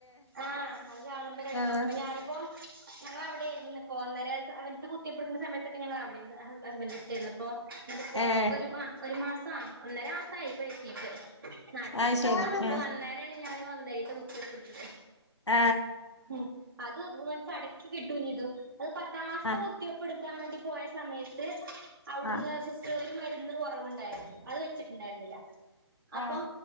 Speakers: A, on the right (about 50°); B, on the left (about 80°).
A: ആഹ് അത് കാണുമ്പോൾ ഒരു ഇടങ്ങറ്.
B: ആഹ്
A: അപ്പൊ ഞാനിപ്പോ ഞങ്ങൾ അവിടായിരുന്നിപ്പോ. ഒന്നര അടുത്ത കുത്തിവെയ്പ്പ് എടുക്കണ സമയത്തൊക്കെ അവിടാർന്ന് ഹുസ്ബൻഡ്ന്റെ അടുത്തായിരുന്നപ്പോ ഇന്നിപ്പോ
B: ഏഹ്
A: ഒരു മാസം ഒന്നര മാസമായിപ്പോൾ എത്തിയിട്ട് നാട്ടില്
B: അത് ശരി
A: വന്നപ്പോഴാണ്
B: ആഹ്
A: ഞാൻ കുത്തിവെപ്പ് എടുത്തത്
B: ആ
A: ഉ അത് ചടക്കി കിട്ടുഞ്ഞ ഇതു അത് പത്താം മാസത്തെ
B: ആഹ്
A: കുത്തിയപ്പടു എടുക്കാൻ വേണ്ടി പോയ പോയ സമയത്ത് അവിടുന്ന്
B: ആഹ്
A: സിസ്റ്റർ ഒരു മരുന്ന് കുറവുണ്ടായിരുന്നു അത് ഉണ്ടായിരുന്നില്ല. ഇപ്പൊ
B: ആഹ്